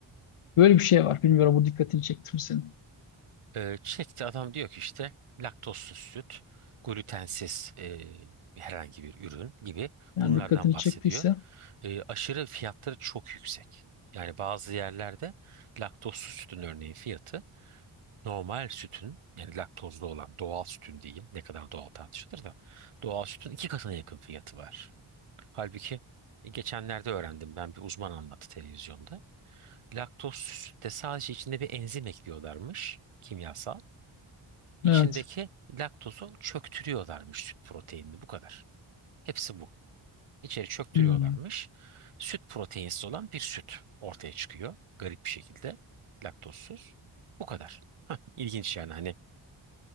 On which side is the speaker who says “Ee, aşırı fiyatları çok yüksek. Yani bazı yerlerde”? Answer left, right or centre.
Right